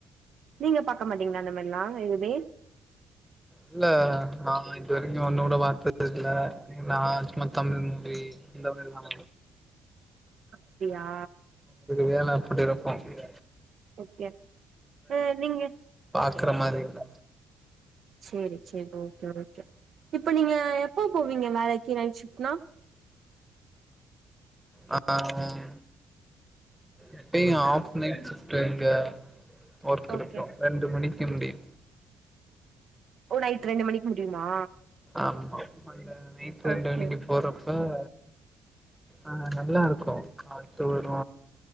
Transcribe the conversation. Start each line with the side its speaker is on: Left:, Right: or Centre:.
Right: நீங்க பாக்க மாட்டீங்களா இந்த மாரில்லா எதுவுமே
Centre: இல்ல நா இப்ப வரைக்கு ஒன்னு கூட பாத்தது இல்ல நா சும்மா தமிழ் மூவி இந்த மாரி தா
Right: அப்டியா
Centre: வேல அப்டி இருக்கு
Right: ஓகே ஆ நீங்க
Centre: அக்கரமாரி இல்ல
Right: சேரி சேரி ஓகே ஓகே இப்ப நீங்க எப்ப போவீங்க வேலைக்கு நைட் ஷிஃப்ட்னா
Centre: ஆஹ் எப்பயு ஆஃப் நைட் ஷிப்ட்ங்க ஒர்க்
Right: ஓகே
Centre: இருக்கு ரெண்டு மணிக்கு முடியு
Right: ஓ நைட்டு ரெண்டு மணிக்கு முடியுமா
Centre: ஆமா அந்த நைட்டு ரெண்டு
Right: ஓகே
Centre: மணிக்கு போறப் பஹ் ஆஹ் நல்லா இருக்கு காத்து வரு